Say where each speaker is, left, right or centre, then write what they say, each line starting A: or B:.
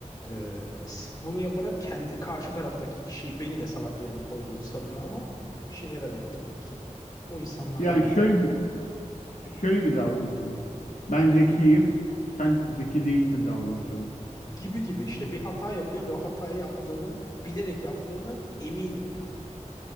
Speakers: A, on the left (about 30°); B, on the left (about 75°).
A: Ee, s- bunu yaparak kendi karşı taraftaki kişiyi beni de salak yerine koyduğunu sanıyor ama işe yaramıyor tabii ki. O insanlarla
B: Yani
A: artık
B: şöyle bir şöyle bir davranış mı? Ben zekiyim, sen zeki değilsin davranışı mı?
A: gibi gibi işte bir hata yapıyor ve o hatayı yaptığını bilerek yaptığını eminim yani.